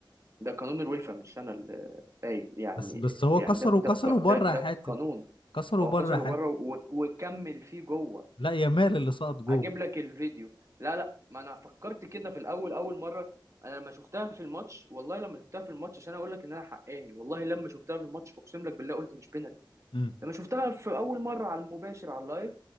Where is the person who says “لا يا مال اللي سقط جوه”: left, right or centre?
Left